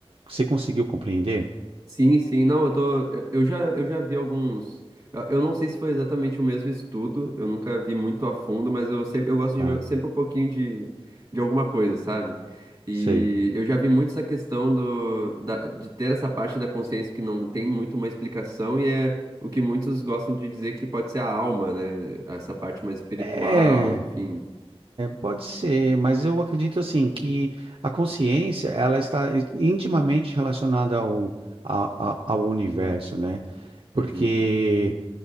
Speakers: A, on the right; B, on the right.
A: Você conseguiu compreender?
B: Sim, sim, não, eu tô, eu eu já, eu já vi alguns, eu eu não sei se foi exatamente o mesmo estudo, eu nunca vi muito a fundo, mas eu sempre, eu gosto de
A: Tá,
B: ver sempre um pouquinho de, de alguma coisa, sabe? E
A: sei.
B: eu já vi muito essa questão do, da- de ter essa parte da consciência que não tem muito uma explicação e é o que muitos gostam de dizer que pode ser a alma, né? Essa parte mais espiritual,
A: É.
B: enfim.
A: Pode ser, mas eu acredito assim que a consciência ela está intimamente relacionada ao, a- a- ao universo, né? Porque
B: Uhum,